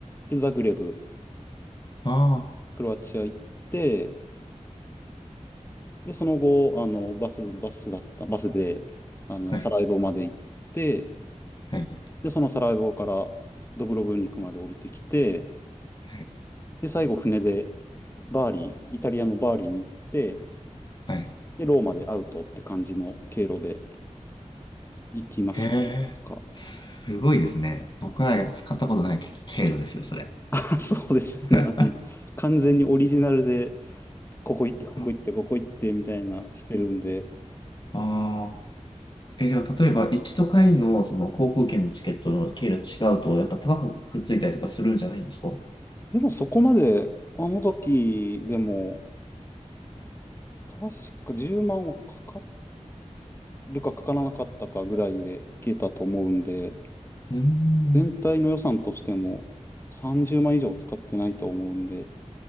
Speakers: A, on the left (about 20°); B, on the left (about 35°).
A: で、ザグレブ、
B: ああ、
A: クロアチア行って、で、その後、あの、バス、バスだった、バスで、あの、
B: はい。
A: サラエボまで行って、
B: はい。
A: で、そのサラエボからドブロブニクまで降りてきて、
B: はい。
A: で、最後船でバーリー、イタリアのバーリーに行って、
B: はい
A: で、ローマでアウトって感じの経路で行きましたとか。
B: へえ、すごいですね。僕は使ったことない経経路ですよ、それ。
A: <laughs> そうですよね。
B: <laughs>
A: あの完全にオリジナルで、ここ行って、ここ行って、
B: あ
A: ここ行ってみたいなしてるんで。
B: あえ、でも例えば、行きと帰りのその航空券のチケットの経路違うと、やっぱ高くくっついたりとかするんじゃないんですかう
A: でもそこまで、あの時でも、確か10万はかかるかかからなかったかぐらいで行けたと思うんで、
B: ーん。
A: 全体の予算としても30万以上使ってないと思うんで、